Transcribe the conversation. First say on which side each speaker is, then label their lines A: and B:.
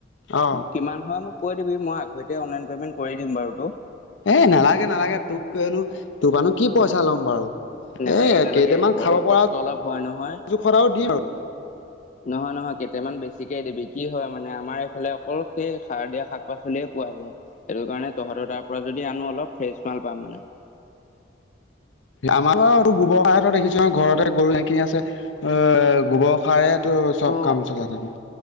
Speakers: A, on the left; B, on the left.
A: অ
B: কিমান হয় মোক কৈ দিবি, মই আগৰিতে অনলাইন পেমেন্ট কৰি দিম বাৰু তোক।
A: এ, নালাগে নালাগে, তোক কনো, তোৰ আনো কি পইচা ল'ম বাৰু। এ,
B: নালাগে নালাগে
A: কেইটামান
B: তহঁতৰো
A: খাব পৰা
B: কষ্ট অলপ হয় নহয়
A: <unintelligible> দিম আৰু।
B: <inaudible> নহয় নহয় কেইটামান বেছিকে দিবি, কি হয় মানে আমাৰ এইফালে অকল সেই সাৰ দিয়া শাক পাচলিয়ে পোৱা যায়। সেইটো কাৰণে তহঁতৰ তাৰ পৰা যদি আনো অলপ ফ্ৰেচ মাল পাম মানে।
A: আমাৰ পৰাটো গোবৰ সাৰ তই দেখিছ ঘৰতে গৰু এইখিনি আছে অ' গোবৰ সাৰে তোৰ চব
B: অ
A: কাম চলাই থাকে।